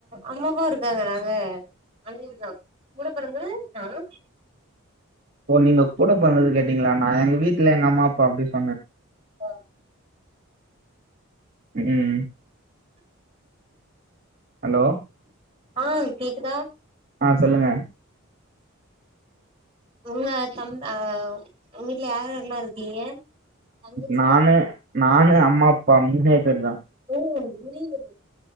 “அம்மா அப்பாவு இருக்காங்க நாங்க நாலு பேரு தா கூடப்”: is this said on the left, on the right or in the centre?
Right